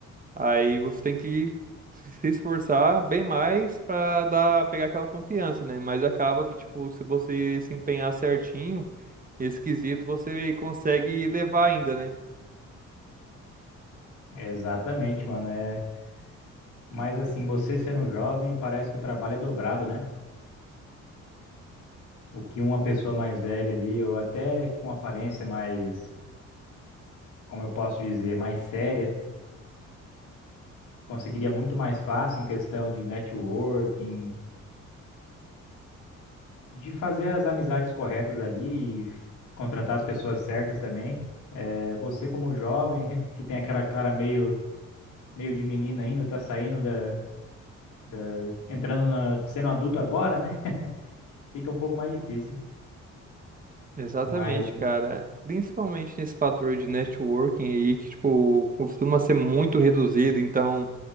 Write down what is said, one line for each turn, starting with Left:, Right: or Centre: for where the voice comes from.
Right: Aí você tem que se esforçar bem mais pra dar, pegar aquela confiança, né? Mas acaba que, tipo, se você se empenhar certinho, esse quesito você consegue levar ainda, né?
Left: É Exatamente, mano, é Mas assim, você sendo jovem, parece que o trabalho é dobrado, né? O que uma pessoa mais velha ali, ou até com aparência mais, como eu posso dizer, mais séria, conseguiria muito mais fácil em questão de networking, de fazer as amizades corretas ali e contratar as pessoas certas também. É, você como jovem, <laughs> que tem aquela cara meio, meio de menina ainda, tá saindo da, da, entrando na, sendo adulto agora, né? <laughs> Fica um pouco mais difícil.
Right: Exatamente,
Left: Mas
Right: cara. Principalmente nesse fator de networking aí, que, tipo, costuma ser muito reduzido. Então,